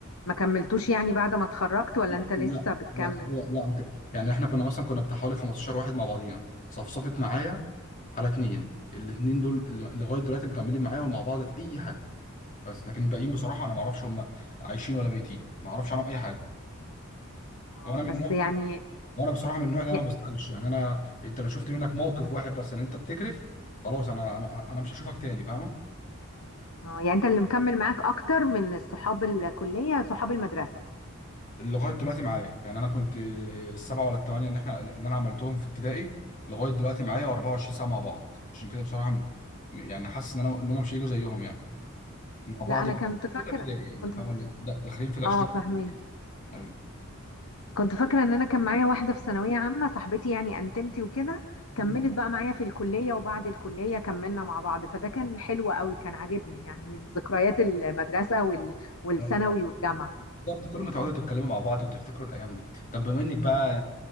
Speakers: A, on the left; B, on the left.
A: ما كملتوش يعني بعد ما اتخرجت
B: <clears throat>
A: ولا انت لسه
B: لا
A: بتكمل؟
B: لا هو لا ممكن يعني احنا كنا مثلا كنا بتاع حوالي 15 واحد مع بعضينا صفصفت معايا على اتنين الاتنين دول اللي لغايه دلوقتي مكملين معايا ومع بعض في اي حاجه بس لكن الباقيين بصراحه انا ما اعرفش هم عايشين ولا ميتين ما اعرفش عنهم اي حاجه
A: اه
B: وانا من النوع
A: بس
B: بصراحه
A: يعني
B: وانا بصراحه من النوع ده انا
A: ي-
B: ما بسالش يعني انا انت لو شفت منك موقف واحد بس ان انت بتكرف خلاص انا انا انا مش هشوفك تاني فاهمه
A: اه يعني انت اللي مكمل معاك اكتر من صحاب الكلية صحاب المدرسة
B: لغايه دلوقتي معايا يعني انا كنت السبعه ولا الثمانيه ان احنا اللي انا عملتهم في ابتدائي لغايه دلوقتي معايا و24 ساعه مع بعض عشان كده بصراحه م- يعني حاسس ان انا ان هم مش هيجوا زيهم يعني مع بعض
A: لا انا
B: من
A: كنت فاكره
B: اولى ابتدائي يعني
A: كنت
B: فاهمه
A: ف...
B: د- داخلين في ال 20
A: اه فاهمك
B: ايوه
A: كنت فاكره ان انا كان معايا واحده في ثانويه عامه صاحبتي يعني انتمتي وكده
B: مم.
A: كملت بقى معايا في الكليه وبعد الكليه كملنا مع بعض فده كان حلو قوي كان عاجبني يعني من ذكريات المدرسه وال... والثانوي
B: أيوة.
A: والجامعه
B: بالظبط كل ما تقعدوا تتكلموا مع بعض وتفتكروا الايام دي طب بما انك بقى